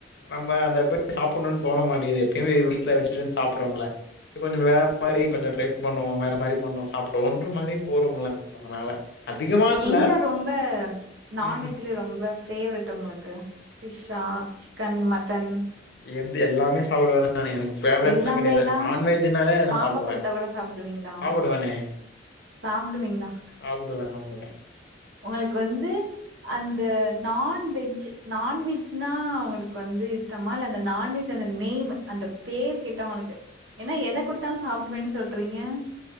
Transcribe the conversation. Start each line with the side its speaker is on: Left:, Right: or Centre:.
Left: நம்ம அத <inaudible> சாப்பன்ணுன் தோண மாட்டகிது எப்பிமே எ வீட்ல வெஜிடேரியன் சாப்பிட்றவங்கள ச கொஞ்சோ வேற மாரி கொஞ்சோ ட்ரை பண்ணுவோ வேற மாரி பண்ணு சாப்புடுவோன்ற மாரி போறோமுல்ல அதனால அதிகமா இல்ல.
Right: எங்க ரொம்ப நான்வெஜ்ல
Left: ம்.
Right: ரொம்ப ஃபேவரெட் உங்குளுக்கு ஃபிஷ்ஷா சிக்கன் மட்டன்
Left: எது எல்லாமே சாப்புடுவே ஆனா எனக்கு ஃபேவரேட்லா
Right: எல்லாமேனா
Left: கெடையாது நான்வெஜ்ஜுன்னாலே நா
Right: பாம்ப
Left: சாப்புடுவே
Right: குடுத்தா கூட சாப்டுவீங்களா
Left: சாப்புடுவேனே
Right: சாப்டுவீங்களா
Left: சாப்புடுவே சாப்புடுவே
Right: உங்களுக்கு வந்து அந்த நான்வெஜ் நான் வெஜ்னா அவுங்களுக்கு வந்து இஷ்டமா இல்ல அந்த நான்வெஜ் அந்த நேம் அந்த பேர் கேட்டா உங்களுக்கு ஏன்னா எத குடுத்தாலு சாப்டுவேனு சொல்றீங்க